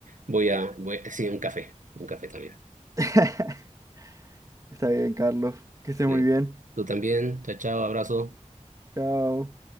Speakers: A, on the right; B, on the right.
A: Voy a, voy, sí, un café, un café también.
B: <laughs> Está bien, Carlos. Que estés
A: Le-
B: muy bien.
A: Tú también, chao, chao, abrazo.
B: Chao.